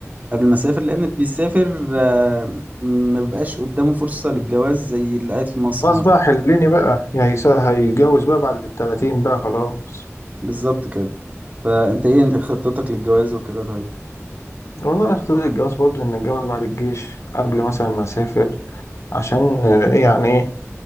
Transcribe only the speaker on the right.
قبل ما اسافر لان اللي بيسافر آه ما بيبقاش قدامه فرصة للجواز زي اللي قاعد في مصر
مثلا
بالظبط كده فانت ايه انت خطتك للجواز وكده طيب